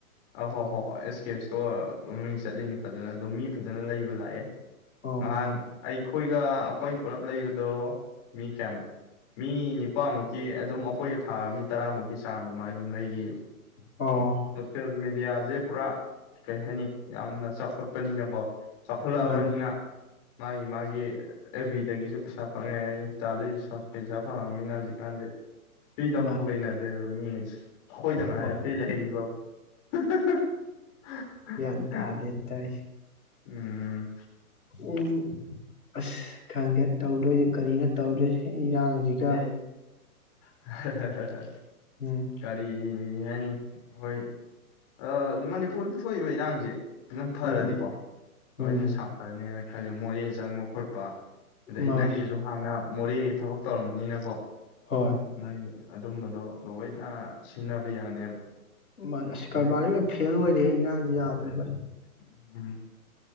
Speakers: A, on the left; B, on the left.
A: ꯑ ꯍꯣꯏ ꯍꯣꯏ ꯍꯣꯏ ꯑꯦꯁ ꯀꯦ ꯁ꯭ꯇꯣꯔ ꯃꯃꯤꯡ ꯆꯠꯂꯤꯅꯤ ꯐꯖꯅ ꯑꯗꯨꯝ ꯃꯤ ꯐꯖꯅ ꯂꯩꯕ ꯂꯥꯛꯑꯦ꯫
B: ꯑꯣ
A: ꯅꯍꯥꯟ ꯑꯩ ꯑꯈꯣꯏꯒ ꯑꯈꯣꯏ ꯄꯨꯜꯂꯞ ꯂꯩꯕꯗꯣ ꯃꯤ <unintelligible> ꯃꯤꯅꯤ ꯂꯨꯄꯥꯃꯨꯛꯀꯤ ꯑꯗꯨꯝ ꯑꯩꯈꯣꯏꯗ ꯊꯥ ꯃꯤ ꯇꯔꯥꯃꯨꯛꯀꯤ ꯆꯥꯡ ꯑꯗꯨꯃꯥꯏꯅ ꯑꯗꯨꯝ ꯂꯩꯈꯤꯌꯦꯕ꯫
B: ꯑꯣ
A: <unintelligible> ꯑꯦꯔꯤꯌꯥꯁꯦ ꯄꯨꯔꯥ ꯀꯔꯤ ꯍꯥꯏꯅꯤ ꯌꯥꯝꯅ ꯆꯥꯎꯈꯠꯄꯅꯤꯅꯀꯣ꯫ ꯆꯥꯎꯈꯠꯂꯛꯑꯕꯅꯤꯅ
B: ꯃꯥꯅꯤ
A: ꯃꯥꯒꯤ ꯃꯥꯒꯤ ꯑꯦꯕꯤꯗꯒꯤꯁꯨ ꯄꯩꯁꯥ ꯐꯪꯉꯦ ꯏꯟꯁꯇꯥꯗꯒꯤꯁꯨ ꯄꯩꯁꯥ ꯐꯪꯉꯕꯅꯤꯅ ꯍꯧꯖꯤꯛꯀꯥꯟꯁꯦ ꯐ꯭ꯔꯤꯗ ꯑꯃꯨꯛ
B: ꯃꯥꯅꯤ
A: ꯂꯩꯅꯗ꯭ꯔꯦꯕ ꯃꯤꯁꯦ ꯑꯩꯈꯣꯏꯗ ꯉꯥꯏꯔꯦ
B: ꯍꯣꯏ
A: ꯐ꯭ꯔꯤ ꯂꯩꯔꯤ <unintelligible>
B: ꯒ꯭ꯌꯥꯟ ꯇꯥꯗꯦ ꯇꯥꯏꯁꯦ
A: ꯎꯝ
B: ꯎꯝ ꯑꯁ ꯈꯪꯒꯦ ꯇꯧꯗꯣꯏꯁꯦ ꯀꯔꯤꯅꯣ ꯇꯧꯗꯣꯏꯁꯦ ꯏꯔꯥꯡꯁꯤꯒ
A: ꯑꯦ <unintelligible>
B: ꯎꯝ
A: ꯀꯔꯤ <unintelligible> ꯍꯣꯏ ꯑꯥ ꯃꯅꯤꯄꯨꯔꯗ ꯊꯣꯛꯏꯕ ꯏꯔꯥꯡꯁꯦ ꯑꯗꯨꯝ ꯐꯔꯗꯤꯀꯣ
B: ꯎꯝ
A: ꯂꯣꯏꯅ
B: ꯎꯝ
A: ꯁꯥꯐꯔꯅꯤꯅ ꯈꯜꯂꯦ ꯃꯣꯔꯦ ꯆꯪꯕ ꯈꯣꯠꯄ ꯑꯗꯩ
B: ꯃꯥꯅꯦ
A: ꯅꯪꯒꯤꯁꯨ ꯍꯥꯟꯅ ꯃꯣꯔꯦꯒꯤ ꯊꯕꯛ ꯇꯧꯔꯝꯕꯅꯤꯅꯀꯣ <inaudible>
B: ꯍꯣꯏ
A: ꯑꯗꯨꯝꯕꯗꯣ ꯂꯣꯏꯅ ꯁꯤꯟꯅꯕ ꯌꯥꯅꯦꯕ꯫
B: <unintelligible> ꯀꯔꯕꯥꯔ
A: ꯍꯧꯖꯤꯛ
B: ꯂꯣꯏ ꯐꯦꯜ ꯑꯣꯏꯔꯦ ꯏꯔꯥꯡꯗꯤ ꯌꯥꯗ꯭ꯔꯦ ꯚꯥꯏ꯫
A: ꯎꯝ